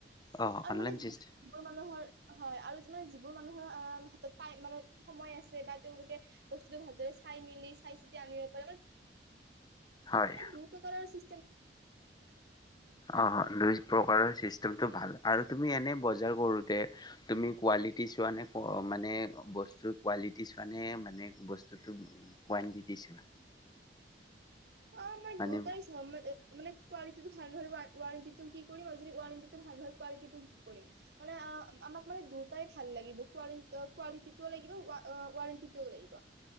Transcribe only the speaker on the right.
আৰু
মানে যি
যিবোৰ মানুহৰ হয় আৰু মানে যিবোৰ মানুহৰ আহ হাতত টাইম মানে সময় আছে বা তেওঁলোকে বস্তুতটো ভালৰে চাই মেলি চাই চিতি আনিব পাৰে মানে
দু প্ৰকাৰৰ চিষ্ট
অ মই
দুয়োটাই চাও মানে কোৱালিটিটো ভাল নহলে ৱাৰণ্টি তোৰ কি কৰিম আৰু যদি ওৱাৰেণ্টিটো ভাল নহলে কোৱালিটি ত কি কৰিম মান আমাক মানে দুটাই ভাল লাগিব কোৱালিট টোও লাগিব ৱাৰণ্টি ও লাগিব